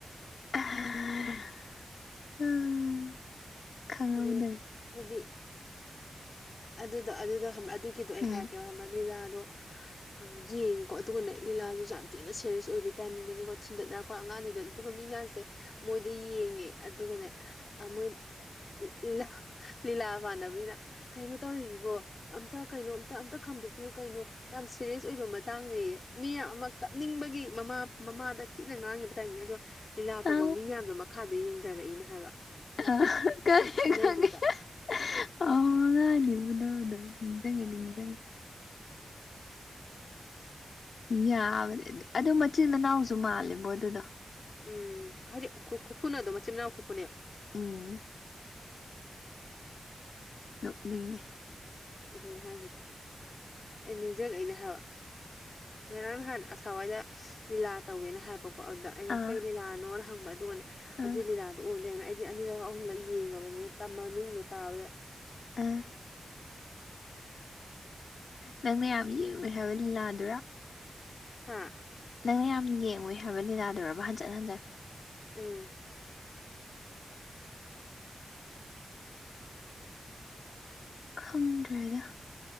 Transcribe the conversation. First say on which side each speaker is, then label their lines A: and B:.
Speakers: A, on the left; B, on the left.
A: ꯍꯥ ꯎꯝ ꯈꯪꯍꯧꯗꯔꯦ
B: ꯑꯗꯨ ꯍꯥꯏꯗꯤ ꯑꯗꯨꯗ ꯑꯗꯨꯗ ꯈꯪꯕ꯭ꯔ ꯑꯗꯨꯒꯤꯗꯣ ꯑꯩ
A: ꯎꯝ
B: ꯍꯥꯏꯔꯛꯀꯦ ꯍꯥꯟꯕ꯭ꯔꯥ ꯂꯤꯂꯥꯗꯣ ꯑ ꯌꯦꯡꯉꯦꯀꯣ ꯑꯗꯨꯒꯅ ꯂꯤꯂꯥꯗꯨꯁꯨ ꯌꯥꯝ ꯊꯤꯅ ꯁꯦꯔꯤꯌꯁ ꯑꯣꯏꯕꯒꯤ ꯇꯥꯏꯃꯤꯡꯗꯅꯤꯀꯣ ꯊꯤꯟꯗꯠꯅꯔꯛ ꯄ ꯑꯉꯥꯡꯅꯤꯗꯣ ꯑꯗꯨꯒ ꯃꯤ ꯃꯌꯥꯝꯁꯦ ꯃꯣꯏꯗ ꯌꯦꯡꯉꯦ ꯑꯗꯨꯒꯅꯦ ꯃꯣꯏ ꯏꯂ <unintelligible> ꯂꯤꯂꯥ ꯄꯥꯟꯅꯕꯒꯤꯅ ꯀꯩꯅꯣ ꯇꯧꯔꯤꯁꯤꯕꯣ ꯑꯝꯇ ꯀꯩꯅꯣ ꯑꯝꯇ ꯑꯝꯇ ꯈꯥꯝꯗꯣꯛꯄꯤꯌꯨ ꯀꯩꯅꯣ ꯌꯥꯝ ꯁꯦꯔꯤꯌꯁ ꯑꯣꯏꯕ ꯃꯇꯥꯡꯅꯦ ꯃꯤ ꯑꯃ ꯀꯞꯅꯤꯡꯕꯒꯤ ꯃꯃꯥ ꯃꯃꯥꯗ ꯊꯤꯅ ꯉꯥꯡꯉꯤꯕ ꯇꯥꯏꯃꯤꯡ ꯑꯗꯣ ꯂꯤꯂꯥ ꯇꯧꯕ
A: ꯑ
B: ꯃꯤ ꯃꯌꯥꯝꯗꯣ ꯃꯈꯥꯗ ꯌꯦꯡꯊꯔꯛꯏꯅ‌ꯦ ꯍꯥꯏꯕ
A: ꯑ ꯀꯩ
B: ꯐꯨꯅꯩꯗꯨꯗ
A: ꯈꯪꯉꯦ ꯑꯉꯥꯡꯅꯤꯕꯨ ꯑꯗꯨ ꯑꯗꯨ ꯅꯤꯡꯖꯪꯉꯦ ꯅꯤꯡꯖꯪꯉꯦ ꯌꯥꯕꯅꯦ ꯑꯗꯨ ꯃꯆꯤꯟ ꯃꯅꯥꯎꯁꯨ ꯃꯥꯜꯂꯦꯕꯣ ꯑꯗꯨꯗꯣ
B: ꯎꯝ ꯍꯥꯏꯗꯤ ꯈꯨ ꯈꯨꯐꯨꯅꯗꯣ ꯃꯆꯤꯟ ꯃꯅꯥꯎ ꯈꯨꯐꯨꯅꯦ
A: ꯎꯝ ꯅ‌ꯣꯛꯅꯤꯡꯉ‌ꯦ
B: ꯑꯗꯨꯅꯦ ꯍꯥꯏꯁꯦ ꯑꯩ ꯅꯤꯡꯖꯪꯉꯛꯏꯅꯦ ꯍꯥꯏꯕ ꯉꯔꯥꯡ ꯅꯍꯥꯟ ꯑꯁꯋꯥꯏꯗ ꯂꯤꯂꯥ ꯇꯧꯋꯦꯅ ꯍꯥꯏꯕ ꯀꯣ ꯑꯗꯨꯗ ꯑꯩꯅ
A: ꯑꯥ
B: ꯀꯩ ꯂꯤꯂꯥꯅꯣ ꯍꯪꯕ ꯑꯗꯨꯒꯅꯦ ꯑꯗꯨ
A: ꯑꯥ
B: ꯂꯤꯂꯥꯗ‌ꯣ ꯑꯣꯏ ꯂꯩꯔꯝꯃꯦ ꯑꯩꯗꯤ ꯑꯅꯤꯔꯛ ꯑꯍꯨꯝꯂꯛ ꯌꯦꯡꯉꯕꯅꯤꯅ ꯇ ꯃꯃꯤꯡꯗꯣ ꯇꯥꯕꯗ
A: ꯑꯥ ꯅꯪꯅ ꯌꯥꯝ ꯌꯦꯡꯉꯨꯏ ꯍꯥꯏꯕ ꯂꯤꯂꯥꯗꯨꯔ‌ꯣ
B: ꯍꯥ
A: ꯅꯪꯅ ꯌꯥꯝ ꯌꯦꯡꯉꯨꯏ ꯍꯥꯏꯕ ꯂꯤꯂꯥꯗꯨꯔꯕ ꯍꯟꯖꯟ ꯍꯟꯖꯟ
B: ꯎꯝ
A: ꯈꯪꯗ꯭ꯔꯦꯗ